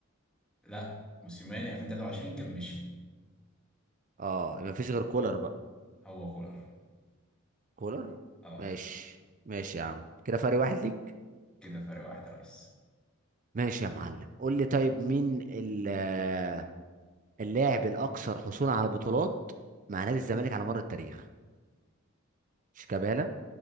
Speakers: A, in the centre; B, on the right (about 35°).
A: لا موسيماني 2023 كان مشي
B: اه مفيش غير كولر بقى
A: هو كولر
B: كولر
A: اه
B: ماشي ماشي يا عم كده فرق واحد ليك
A: كده فرق واحد يا ريس
B: ماشي يا معلم قول لي طيب مين ال- آه، اللاعب الاكثر حصولا على بطولات مع نادي الزمالك على مر التاريخ شيكابالا